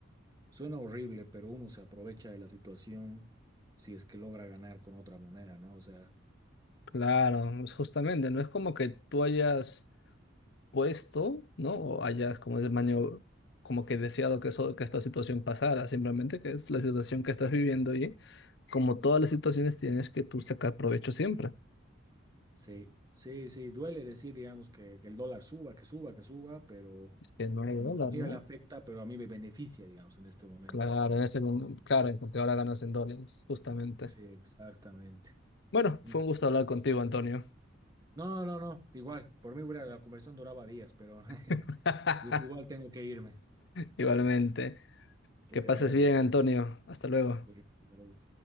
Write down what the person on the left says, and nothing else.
claro. Es justamente, no es como que tú hayas puesto, ¿no? O hayas como el maño, como que deseado que, eso, que esta situación pasara, simplemente que es la situación que estás viviendo y como todas las situaciones tienes que tú sacar provecho siempre.
Que no hay
dólar,
¿no?
Claro,
en ese mom- claro, porque ahora ganas en dólares, justamente.
Bueno,
fue un gusto hablar contigo, Antonio.
<laughs>
Igualmente.
Que
pases
bien, Antonio. Hasta luego.